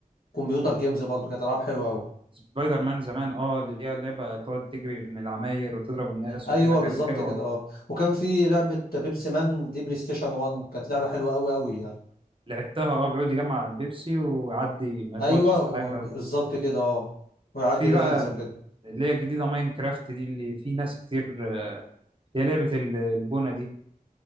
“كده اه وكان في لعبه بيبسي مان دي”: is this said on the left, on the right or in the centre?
Left